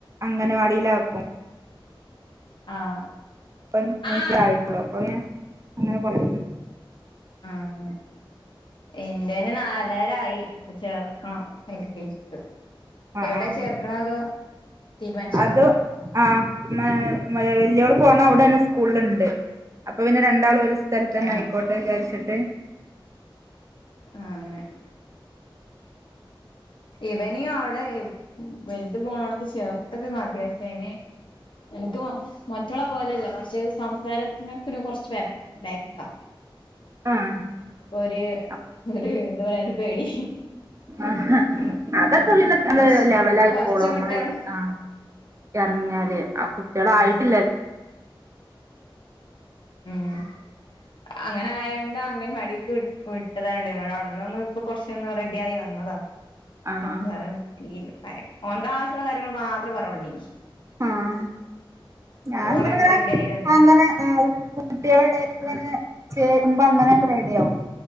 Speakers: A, on the right; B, on the left.
A: അംഗനവാടി ടിലാക്കും
B: ആഹ്
A: അപ്പംനൈസായിട്ടുള്ളൂ
B: ആഹ്
A: അപ്പ പിനെ അങ്ങനെ കൊറേ
B: ആഹ് അങ്ങനെ ഇന്റേന് നാല് പേരായി ചേർ ക്കണം എൽ കെ ജിക്ക്
A: അഹ്
B: എവിടെ
A: ആഹ്
B: ചേർക്കണത് തീരുമാനിച്ചോ
A: അത് ആഹ് മഴ വെല്യോള് പോണം ഔടെ ന്നെ സ്കൂളിള്ണ്ട് അപ്പൊ പിന്നെ രണ്ടാളും ഒരു സ്കൂ തൽ തന്ന
B: ആഹ്
A: ആയിക്കോട്ടെന്നജാരിച് ട്ടെ
B: ആഹ് അങ്ങനെ ഇവനി ഔടെ വൽത് പോണോട്ത്ത് ചേർത്തൊക്കെ കാട്ടിയാ എയ്ന് എനിക്ക് മൊ മൊറ്റ് മറ്റോളെ പോലെയല്ല കൊറ്ച്ച് സംസാരത്തിനൊക്കൊരു കൊറ്ച്ച് ബാക്ക് ബാക്ക്ക്കാ
A: ആഹ്
B: അപ്പൊ ഒര്
A: ആഹ്
B: ഒര്എന്ത് പറയാ പേടി
A: ആഹ് അഹ് അതക് <unintelligible>
B: കൊറച്ച്
A: ലെവലായിക്കോളുംഅമ്മായി
B: കൊറച്ച് കുട്ടികൾ
A: ആഹ് എറഞ്ഞാല് ആഹ് കുട്ട്യേളായിട്ടില്ലെ
B: ഉം ഉം അങ്ങനെ ആയാണ്ട് അംഗൻവാടിക്ക് വിട്ടതാ ഔട്ന്നൊന്ന് ഇപ്പ കൊറ്ച്ചൊന്നെ <unintelligible> റെ <unintelligible> ആയി വന്നതാ
A: ആഹ്
B: സംസാരം
A: ആഹ്
B: തീരെ ഓനക്ക് ആവശ്യമുള്ള കാര്യങ്ങൾ മാത്രമേ പറവുള്ളൂ ഇനി
A: ആഹ്
B: ഇപ്പൊ
A: ഞാൻ
B: കൊറെയൊക്കെ
A: ഇങ്ങനിങ്ങനെ
B: റെഡി ആയി വന്നു
A: അങ്ങനെ കുട്ടികളുടെ ഇടയിൽ ഇങ്ങനെ ചേരുമ്പോ അങ്ങനെ അത് റെഡി ആവും